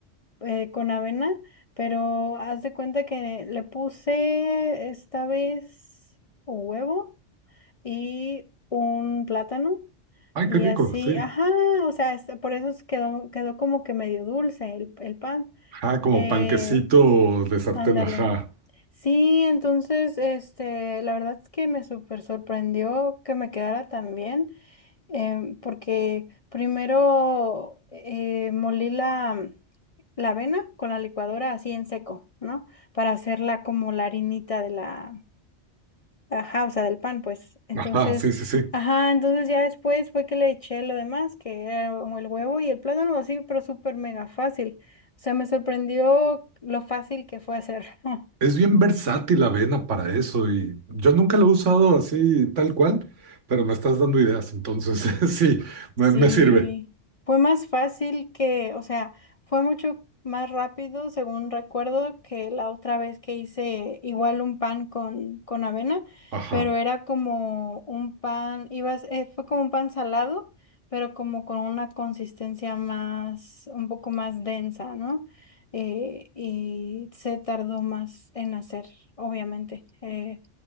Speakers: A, on the left; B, on the right.
A: eh, con avena, pero haz de cuenta que le puse esta vez huevo. y un plátano.
B: Ay,
A: Y
B: qué rico,
A: así,
B: sí.
A: ajá, o sea, es- por eso es quedó, quedó como que medio dulce el, el pan.
B: Ajá, como
A: Eh,
B: panquecito de sartén,
A: ándale.
B: ajá.
A: Sí, entonces, este, la verdad es que me súper sorprendió que me quedara tan bien, em, porque primero eh, molí la, la avena con la licuadora así en seco, ¿no? Para hacerla como la harinita de la, Ajá, o sea, del pan, pues. Entonces,
B: Ajá, sí, sí, sí.
A: ajá, entonces ya después fue que le eché lo demás, que era como el huevo y el plátano, así, pero súper mega fácil. O sea, me sorprendió lo fácil que fue hacer. <laughs>
B: Es bien versátil la avena para eso y yo nunca lo he usado así tal cual, pero me estás dando ideas, entonces <laughs> sí, me,
A: Sí,
B: me sirve.
A: fue más fácil que, o sea, fue mucho más rápido, según recuerdo, que la otra vez que hice igual un pan con, con avena,
B: Ajá.
A: pero era como un pan, ibas, eh, fue como un pan salado, pero como con una consistencia más, un poco más densa, ¿no? Eh, y se tardó más en hacer, obviamente. Eh,